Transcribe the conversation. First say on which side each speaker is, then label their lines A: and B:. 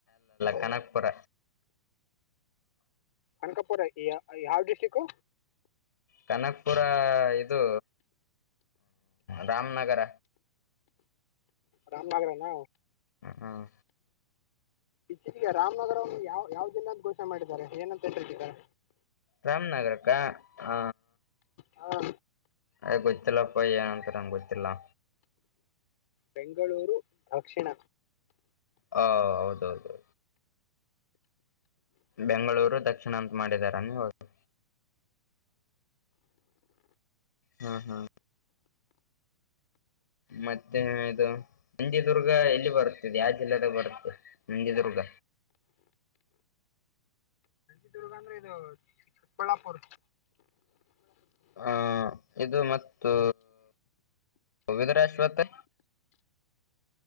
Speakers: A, on the left; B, on the left.
A: ಕಣಕ್ ಪರ.
B: ಅನಕಪುರ ಯಾವ ಡಿಸ್ಟಿಕ್ು.
A: ಕನಕ್ಪುರ ಇದು ರಾಮನಗರ.
B: ರಾಮನಗರ ನ.
A: ಹ್ಮ್
B: ಇದಗ ರಾಮನಗರವನ್ನು ಯಾವ ಯಾವ್ದ. ಎಲ್ಲಾದ್ ಘೋಷೆ ಮಾಡಿದ್ದಾರೆ ಏನಂತ ಹೇಳ್ತಿದ್ದಾರೆ.
A: ರಾಮನಗರ್ಕ್ಕಾ ಹ
B: ಹಾ
A: ಅ ಗತ್ತಲ್ಲ ಪಯಿ ಏಂತರ ಗತ್ತಲ್ಲಾ
B: ಬೆಂಗಳೂರು ದಕ್ಷಿಣ
A: ಹ ಹೌದೌದೌದು ಬೆಂಗಳೂರು ದಕ್ಷಿಣ ಅಂತ ಮಾಡಿದಾರ ನೀ ಹದು ಹಾ ಹಾ ಮತ್ತೆ ಇದು ನಜಿಿದದುರ್ಗ ಎಲ್ಲಿ ಬರುತ್ತದೆ ಯಾವ ಜಿಲ್ಲದಾಗ ಬರುತ್ತೆ ನಜಿದುರ್ಗ
B: ಚಿತ್ರದುರ್ಗ ಅಂದ್ರೆ ಇದು ಚಿಕ್ಕಬಳ್ಳಾಪುರ
A: ಹಾ ಇದು ಮತ್ತು ವಿದರಾಶ್ಪತ್ರೆ